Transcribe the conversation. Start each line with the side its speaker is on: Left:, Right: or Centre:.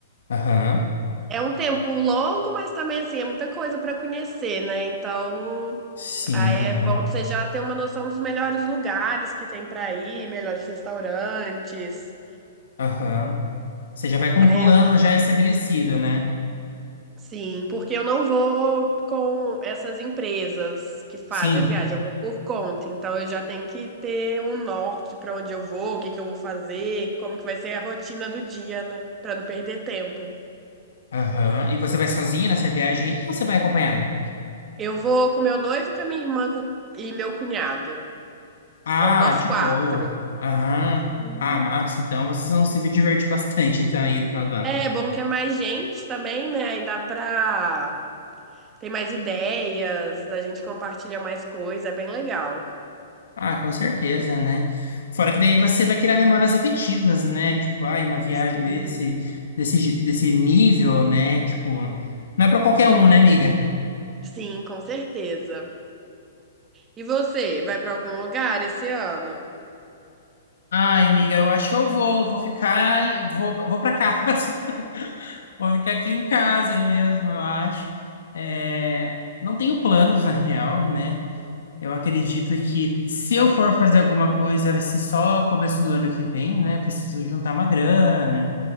Left: aham.
Right: É um tempo longo, mas também assim, é muita coisa para conhecer, né? Então,
Left: Sim,
Right: aí
Left: aham,
Right: é bom você já ter uma noção dos melhores lugares que tem para ir, melhores restaurantes.
Left: aham. Você já vai com
Right: Aí,
Left: um plano
Right: eu-
Left: já estabelecido, né?
Right: sim, porque eu não vou com essas empresas que fazem
Left: Sim.
Right: a viagem, eu vou por conta. Então, eu já tenho que ter um norte para onde eu vou, o que que eu vou fazer, como que vai ser a rotina do dia, né? Para não perder tempo.
Left: Aham. E você vai sozinha nessa viagem aí ou você vai acompanhada?
Right: Eu vou com meu noivo, com a minha irmã com- e meu cunhado.
Left: Ah,
Right: Vamos nós
Left: de
Right: quatro.
Left: boa. Aham.
Right: Uhum.
Left: Ah, massa. Então vocês vão se divertir bastante, então, aí no final do ano.
Right: É bom que é mais gente também, né? Aí dá pra. Tem mais ideias, a gente compartilha mais coisa, é bem legal.
Left: Ah, com certeza, né? Fora que daí você vai criar memórias afetivas, né? Tipo, ai, uma viagem
Right: Sim.
Left: desse, desse, gi- desse nível, né? Tipo, não é pra qualquer um, né, amiga?
Right: Sim, com certeza. E você, vai pra algum lugar esse ano?
Left: Ai, amiga, eu acho que eu vou, vou ficar, em- vou, vou para casa, <laughs> vou ficar aqui em casa mesmo, eu acho. É, não tenho planos, na real, né? Eu acredito que se eu for fazer alguma coisa, vai ser só começo do ano que vem, né? Preciso juntar uma grana.